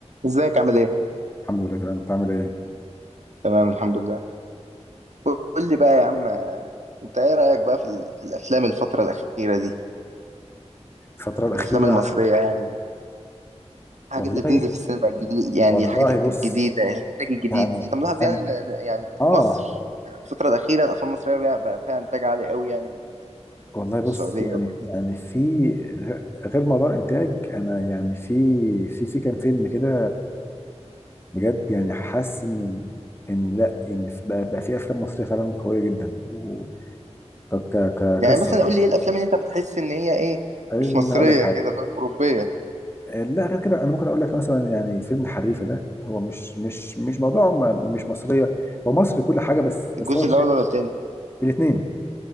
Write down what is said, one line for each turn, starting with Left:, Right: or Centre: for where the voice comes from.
Right: ازيك عامل ايه؟
Left: الحمد لله تمام انت عامل ايه
Right: تمام الحمد لله قول لي بقى يا عم آه، انت ايه رأيك بقى في, ال... في الافلام الفترة الأخيرة دي؟
Left: الفترة الأخيرة
Right: الافلام المصرية يعني الحاجات
Left: والله
Right: اللي بتنزل في السينما الجديد يعني
Left: والله
Right: الحاجات الجديدة
Left: بص
Right: الانتاج الجديد
Left: يعني
Right: انت ملاحظ
Left: أنا
Right: يعني ان إن- يعني
Left: آه
Right: مصر آه، الفترة الأخيرة الافلام المصرية بقى, بقى فيها انتاج عالي قوي يعني من
Left: والله بص
Right: من السعودية
Left: يعني
Right: وكده
Left: يعني في غ- غير موضوع الإنتاج أنا يعني في في في كام فيلم كده بجد يعني حاسس إن ال- إن لا إن في- بقى, بقى في أفلام مصرية فعلا قوية جدا و ك- ك-
Right: يعني
Left: كقصة
Right: مثلا
Left: يعني
Right: قول لي ايه الافلام اللي انت بتحس ان هي ايه
Left: أنا
Right: مش مصرية
Left: هقول لك حاجة
Right: كده فاهم أوروبية
Left: لا غير كده أنا ممكن أقول لك مثلا يعني فيلم الحريفة ده هو مش مش مش موضوع ما- مش مصرية هو مصري كل حاجة بس بس
Right: الجزء
Left: هو
Right: الأول ولا التاني؟
Left: الاثنين